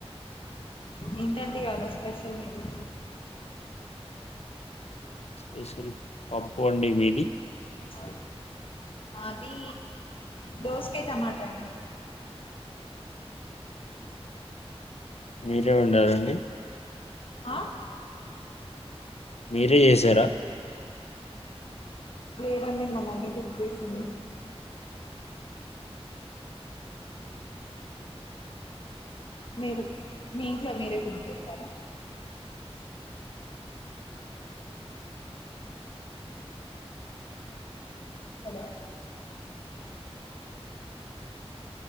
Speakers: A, on the left; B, on the left.
A: ఏంటండి ఇవాల స్పెషల్ మీరు
B: స్పెషల్ పప్పు అండి మీది
A: సయ్ అది దోసకయ్ టమాటా అండి
B: మీరే వండారండి
A: ఆ
B: మీరే చేసారా
A: లేదండి మా మమ్మీ హెల్ప్ చేసింది అ మీరు మీ ఇంట్లో మీరే కుక్ చేస్తారా హలో